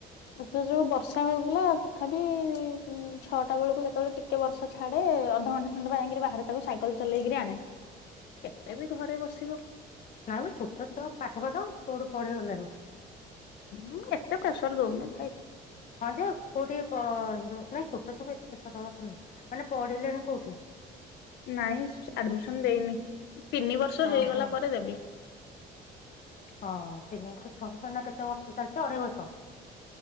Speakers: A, on the left (about 80°); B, on the left (about 50°).
A: ଏତ ଯୋଉ ବର୍ଷା ହଉଥିଲା, ତଥାପି ଛଅଟା ବେଳକୁ ଯେତେବେଳେ ଟିକେ ଗୋଟେ ବର୍ଷ ଛାଡେ, ଅଧଘଣ୍ଟା ଉଣ୍ଡୁ ଯାଇକିରି ବାହାରେ ତାକୁ ସାଇକଲ ଚଲେଇକିରି ଆଣେ, କେତେ ବି ଘରେ ବସିବ?
B: ନାଇ ମ, ଛୋଟ ଛୁଆ ପାଠ ପାଠ କୋଉଠି ପଢି ଗଲାଣି।
A: ହଁଁ ଏତେ ପ୍ରେସର ଦୋଉନି।
B: ହଁ ଯେ କୋଉଠି ଯୋଉ ନାଇଁ ଛୋଟ ଛୁଆ ଏତ ସଦା କଥା ନୁହେଁ ମାନେ ପଢିଲେଣି କୋଉଠି?
A: ନାଇଁ ଆଡମିସନ ଦେଇନି, ତିନି ବର୍ଷ
B: ଓହୋ
A: ହେଇଗଲା ପରେ ଦେବି।
B: ହଁ ତିନି ବର୍ଷ ଛୁଆଙ୍କୁ, ଏଇନା କେତେ ବର୍ଷ ଚାଲିଛି ଅଢେଇ ବର୍ଷ।